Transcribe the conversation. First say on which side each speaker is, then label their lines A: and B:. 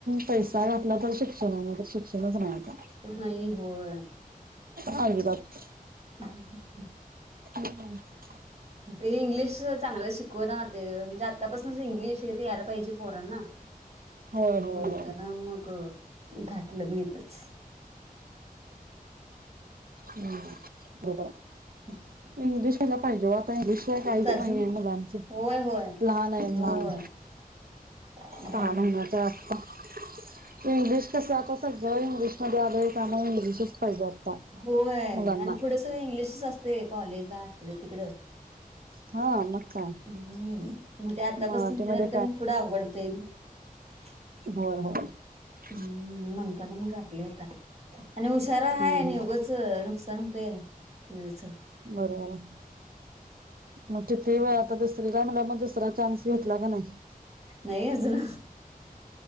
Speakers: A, on the right; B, on the right.
A: पै सा घातला तर शिक्षण आहे नाही तर शिक्षणचं नाय आता.
B: तस नाही होय.
A: हांज बाक् <inaudible>
B: ह ह <unintelligible>
A: हम <inaudible>
B: ते इंग्लिश चांगलं शिकव राह ते म्हणजे आतापासून इंग्लिश ते यायला पाहिजे पोरांना.
A: होय होय
B: म्हणताना
A: होय
B: मग, घाटलं मग हितच.
A: हम्म <inaudible> बरोबर आहे.
B: ह <inaudible>
A: इंग्लिशला यायला पाहिजे ओ आता, इंग्लिशला काहीच
B: अजून
A: नाही आहे मुलांचं,
B: होय होय
A: लहान आहे
B: होय
A: लहान-
B: <inaudible> हम्म.
A: सहा महिन्याच असत, इंग्लिश कस- सगळं इंग्लिशमध्येध आलंय त्यामुळे इंग्लिशच पाहिजे.
B: होय,
A: मुलांना
B: आणि पुढं सगळ इंग्लिशच असते कॉलेजला इकड -तिकडं-
A: हा मग काय
B: हम्म, मग ते आतापासून
A: मराठीमध्ये
B: हे झालं तर पुढं अवघडत जाईल. ह <inaudible>
A: होर हो <unintelligible>
B: ह्, म्हणताना मग घातले आता आणि उशारा
A: हम्म
B: हाय
A: हम्म
B: उगच नुकसान होतय, तच
A: बरोबर आहे. मग किती वेळ आता दुसरीला म्हणाल्यावर मग दुसरा चान्स घेतला का नाही?
B: नाही आजून.